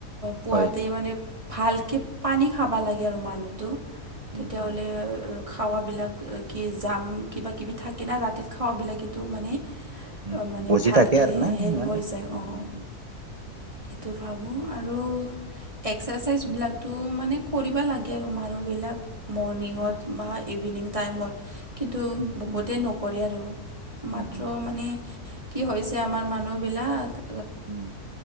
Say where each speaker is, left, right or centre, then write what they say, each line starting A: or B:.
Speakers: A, on the right; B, on the right.
A: পুৱাতে
B: হয়
A: মানে ভালকৈ পানী খাব লাগে আৰু মানুহটো। তেতিয়াহ'লে
B: উম উম
A: খাৱাবিলাক কি জাম কিবা কিবি থাকে না ৰাতিত খাওঁবিলাকো মানে
B: উম উম
A: মানে
B: বজি
A: ভালকে
B: থাকে আৰু না
A: হেৰি
B: মানে
A: হৈছে।
B: উম
A: অঁ,
B: উম
A: এইটো ভাবোঁ আৰু এক্সাৰচাইজবিলাকতো মানে কৰিব লাগে আৰু মানুহবিলাক। মৰ্ণিঙত
B: উম
A: বা ইভিনিং টাইমত। কিন্তু
B: উম
A: বহুতেই
B: উম
A: নকৰে আৰু মাত্ৰ
B: উম উম উম উম
A: মানে কি হৈছে আমাৰ মানুহবিলাক
B: উম।